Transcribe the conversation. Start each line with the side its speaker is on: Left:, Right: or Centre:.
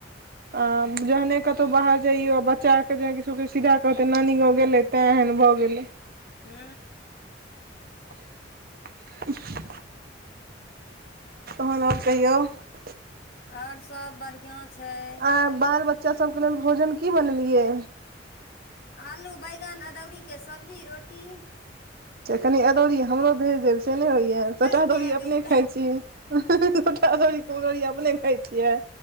Right: आ जहने कतौ बाहर जाइयो बच्चा आके सीधा कहतै नानी गाँव गेलै तैँ एहन भऽ गेलै
Left: हू
Right: <inaudible> तहन आओर कहियौ आ
Left: आओर सब बढ़ियां छै
Right: आइ बाल बच्चा सभके लेल भोजन की बनेलियै
Left: आलू बैंगन अदौरी के सब्जी रोटी
Right: कनी अदौरीी् हमरो भेज देब से नहि होइया छोटा
Left: गई माय
Right: दौरी अपने
Left: गई माय
Right: खाइ छी छोटा दौरी कुमभरौरी अपने खाइ छियै